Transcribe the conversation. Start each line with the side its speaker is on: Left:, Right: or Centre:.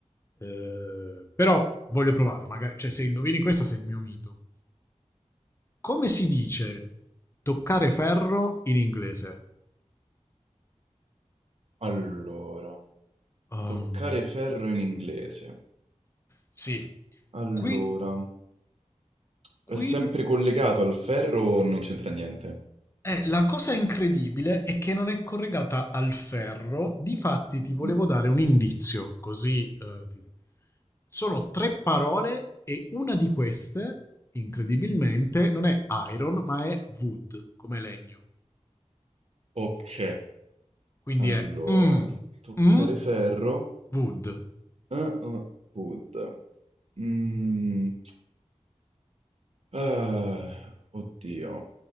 Left: Eh, però voglio provare, magari, cioè se indovini questa sei il mio mito. Come si dice toccare ferro in inglese?
Right: allora,
Left: Um,
Right: toccare ferro in inglese.
Left: Sì.
Right: Allora,
Left: Qui,
Right: è
Left: qui
Right: sempre collegato al ferro o non c'entra niente?
Left: Eh, la cosa incredibile è che non è collegata al ferro, difatti ti volevo
Right: Mm.
Left: dare un indizio, così eh, ti- sono tre parole e una di queste, incredibilmente, non è iron, ma è wood, come legno.
Right: Ok,
Left: Quindi
Right: allora,
Left: è mm,
Right: toccare
Left: mm,
Right: ferro.
Left: wood.
Right: Ah-ah, Pud. Mhmm, ah, oddio.